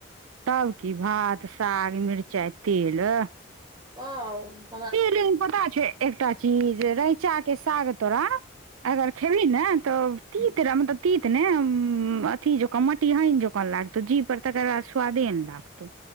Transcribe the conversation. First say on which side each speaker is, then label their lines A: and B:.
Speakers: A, on the right; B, on the right.
A: तब की भात, साग, मिर्चाई, तेल अह।
B: ह <unintelligible>
A: हे लेकिन पता छै एकटा चीज, रैंचा के साग तोरा अगर खेबही ने तऽ
B: हूँ
A: तीत मतलब तीत ने अथी जका मटी हाइन जका लाग तऽ जीह पर तकर बाद स्वादे ने लागतौ।